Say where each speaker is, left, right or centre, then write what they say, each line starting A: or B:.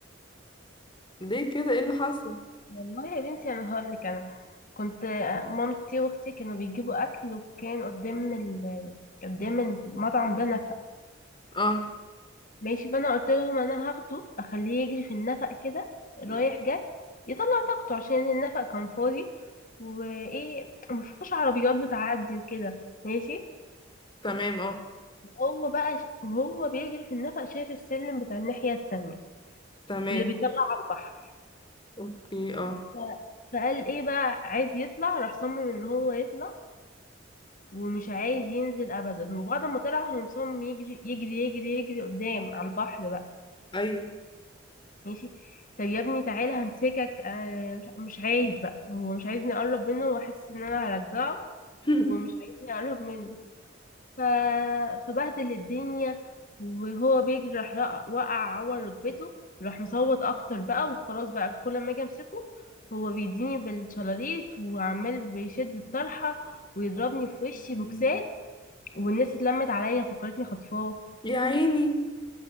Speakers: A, on the left; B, on the left.
A: ليه كده ايه اللي حصل
B: والله يا بنتي انا هقول لك انا كنت مامتي واختي كانوا بيجيبوا اكل وكان قدام ال... قدام المطعم ده نفق
A: اه
B: ماشي فانا قلت لهم انا هاخده اخليه يجري في النفق كده رايح
A: مم.
B: جاي يطلع طاقته عشان النفق كان فاضي وايه مفيش عربيات بتعدي وكده ماشي
A: تمام اه
B: وهو بقى ش- وهو بيجري في النفق شايف السلم بتاع الناحية التانية
A: تمام
B: اللي بيطلع على البحر
A: اوكي اه
B: ف... فقال ايه بقى عايز يطلع راح صمم ان هو يطلع ومش عايز ينزل ابدا وبعد ما طلع هو مصمم يجري يجري يجري يجري قدام على البحر بقى
A: ايوه
B: ماشي طب يا ابني تعالى همسكك آه، مش مش عايز بقى هو مش عايزني اقرب منه وحاسس ان انا هرجعه
A: <laughs>
B: ومش عايزني اقرب منه ف... فبهدل الدنيا وهو بيجري راح رق- وقع عور ركبته راح مصوت اكتر بقى وخلاص بقى كل ما اجي امسكه هو بيديني بالشلاليت وعمال بيشد الطرحة ويضربني في وشي بوكسات والناس اتلمت عليا فكرتني خطفاه
A: يا عيني